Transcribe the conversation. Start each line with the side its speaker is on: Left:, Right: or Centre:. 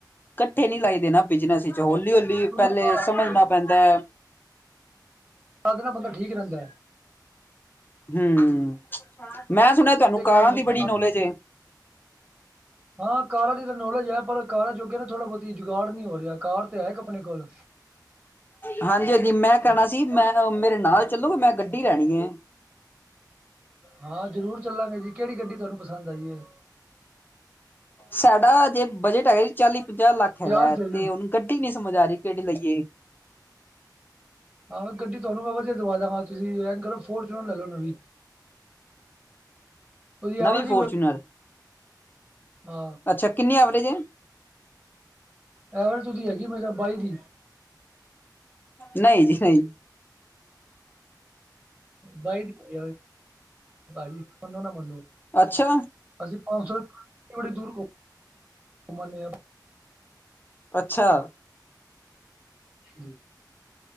Left: ਕੱਠੇ ਨਹੀਂ ਲਾਈਦੇ ਨਾ ਬਿਜਨਸ ਵਿੱਚ ਹੌਲੀ -ਹੌਲੀ
Right: ਉਹਨਾਂ
Left: ਪਹਿਲੇ
Right: ਦਾ ਹਵਾ
Left: ਸਮਝਣਾ
Right: ਵੀ
Left: ਪੈਂ ਦੈ
Right: ਤਾਂ ਦੇ ਬੰਦਾ ਠੀਕ ਰਹਿੰਦਾ ਹੈ।
Left: ਹੂੰ ਮੈਂ ਸੁਣਿਆ ਤੁਹਾਨੂੰ
Right: ਦੇ
Left: ਕਾਰਾਂ
Right: ਕੰਮ ਤੇ ਬੰਦਾ
Left: ਦੀ ਬੜੀ
Right: ਲਾ
Left: ਨੌਲੇਜ ਏ।
Right: ਹਾਂ ਕਾਰਾ ਦੀ ਤਾਂ ਨੌਲੇਜ ਹੈ ਪਰ ਕਾਰਾ ਜੋ ਕਿ ਨਾ ਥੋੜ੍ਹਾ ਬਹੁਤੀ ਜੁਗਾੜ ਨਹੀਂ ਹੋ ਰਿਹਾ। ਕਾਰ ਤੇ ਹੈ ਇੱਕ ਆਪਣੇ ਕੋਲ
Left: ਹਾਂਜੀ -ਹਾਂਜੀ ਮੈਂ
Right: ਹਾਂ,
Left: ਕਹਿਣਾ
Right: ਥੋੜ੍ਹੀ-
Left: ਸੀ ਮੈਂ ਮੇਰੇ ਨਾਲ ਚੱਲੋਗੇ ਮੈਂ ਗੱਡੀ ਲੈਣੀ ਏ।
Right: ਹਾਂ ਜ਼ਰੂਰ ਚੱਲਾਂਗੇ ਜੀ ਕਿਹੜੀ ਗੱਡੀ ਤੁਹਾਨੂੰ ਪਸੰਦ ਆਈ ਏ।
Left: ਸਾਡਾ ਜੇ ਬਜਟ ਹੈਗਾ ਚਾਲੀ ਪੰਜਾਹ ਲੱਖ ਹੈਗਾ
Right: ਪਿਆਸ ਦੇ
Left: ਤੇ
Right: ਜੀ
Left: ਉਹਨ ਗੱਡੀ ਨੀ ਸਮਝ ਆ ਰਹੀ ਕਿਹੜੀ ਲਈਏ।
Right: ਹਾਂ ਗੱਡੀ ਤੁਹਾਨੂੰ ਮੈਂ ਵਧੀਆ ਦਵਾਂਗਾ ਤੁਸੀਂ ਇਂਝ ਕਰੋ ਫੋਰਚੂਨ ਲੈ ਲੋ ਨਵੀ ਉਹਦੀ ਐਵਰੇਜ
Left: ਨਵੀਂ ਫੋਰਚੂਨਰ
Right: ਆ
Left: ਅੱਛਾ ਕਿੰਨੀ ਐਵਰੇਜ ਏ।
Right: ਐਵਰੇਜ ਉਹਦੀ ਹੈਗੀ ਮੇਰੇ ਖਿਆਲ ਬਾਈ ਦੀ
Left: ਨਹੀਂ ਜੀ ਨਹੀਂ
Right: ਵਾਈਟ <inaudible> ਭਾਜੀ ਮੰਨੋ ਨਾ ਮੰਨੋ।
Left: ਅੱਛਾ
Right: ਅਸੀਂ ਪੰਜ ਸੌ ਬੜੀ ਦੂਰ ਘੁੰਮ- ਘੁੰਮ ਆਣੇ ਆ।
Left: ਅੱਛਾ
Right: ਭਾਜੀ